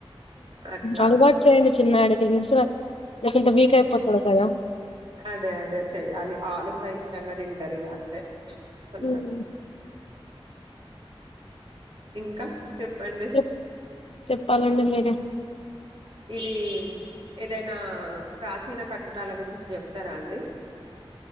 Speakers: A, on the right (about 60°); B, on the left (about 80°).
A: అట్లా
B: అలవాటు చేయండి చిన్న ఆడకి లేక ఇంత వీక్ అయిపోతాడు కదా
A: అదే అదే చెయాలి ఆలు ఫ్రై ఇష్టంగా తింటరిగ అంతే కొంచెం
B: ఉమ్
A: ఇంకా చెప్పండి
B: చె చెప్పాలండి మీరే
A: ఇది ఏదైనా ప్రాచీన కట్టడాల గురించి జెప్తారా అండి